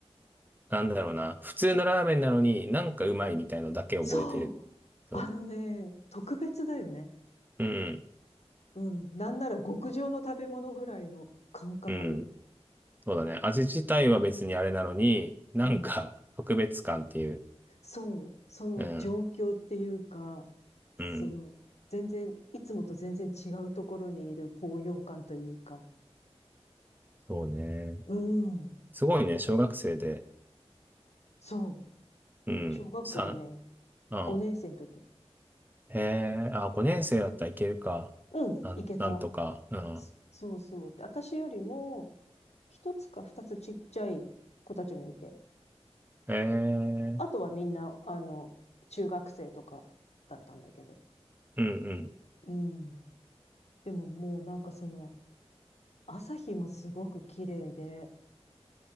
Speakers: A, on the right (about 15°); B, on the left (about 75°).
A: なんだろうな、普通のラーメンなのになんかうまいみたいのだけ覚えてる。
B: そう。
A: そ
B: あのね、特別だよね。
A: う。うん。
B: うん。なんなら極上の食べ物ぐらいの感覚。
A: うん。そうだね。味自体は別にあれなのに、なんか特別感っていう。
B: うん。そう、その状況っていうか、
A: うん。
B: その、
A: うん。
B: 全然、いつもと全然違うところにいる高揚感というか、
A: そうね。
B: うん、
A: すごいね、小学生で。
B: そう、
A: うん。
B: 小学校のね、
A: さうん。
B: 5年生の時、
A: へえ、あ、5年生だったらいけるか。
B: うん、
A: なん、
B: 行けた。
A: なんとか。うん。
B: そそうそう。で、私よりも、一つか二つちっちゃい子たちもいて、
A: へえ、
B: あとはみんな、あの、中学生とかだったんだけど、
A: うんうん。
B: うん。でももうなんかその、朝日もすごく綺麗で、